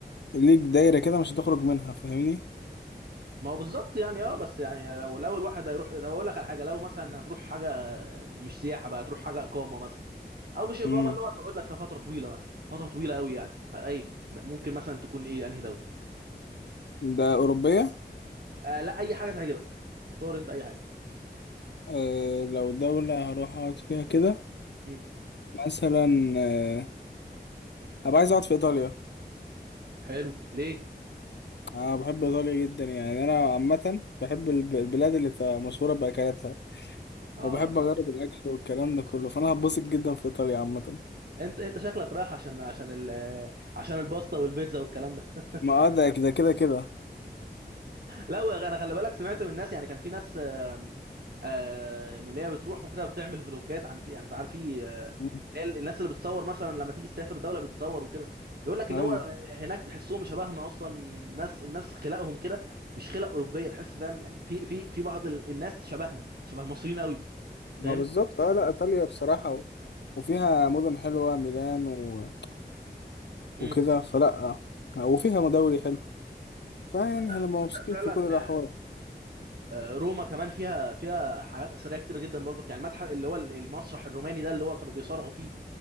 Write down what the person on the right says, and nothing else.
ما هو بالظبط يعني اه بس يعني لو لو الواحد هيروح طب اقول لك على حاجه لو مثلا هتروح حاجه مش سياحه بقى هتروح حاجه اقامه مثلا او مش اقامه
اللي هو تقعد لك في فتره طويله مثلا فتره طويله قوي يعني اي ممكن مثلا تكون ايه انهي دوله
آه لا اي حاجه تعجبك اختار انت اي حاجه
مم.
حلو ليه
اه
انت
انت انت شكلك رايح عشان عشان ال عشان الباستا والبيتزا والكلام ده
<laughs>
لا وغ- انا خلي بالك سمعت من الناس يعني كان في ناس آم، آم، من اللي هي بتروح وكده بتعمل فلوجات عن ك- يعني عارف في آه،
اللي هي الناس اللي بتصور مثلا لما تيجي تسافر دوله بتصور وكده بيقول لك ان
هو آه، هناك تحسهم شبهنا اصلا ناس الناس خلقهم كده مش خلق اوروبيه تحس فاهم يعني في في في بعض ال- الناس شبهنا شبه المصريين قوي
فاهم
امم
تصدق
تصدق فعلا
آه، آه، روما كمان فيها فيها حاجات اثريه كتير جدا برضك يعني المتحف اللي هو المسرح الروماني ده اللي هو كانوا بيصارعوا فيه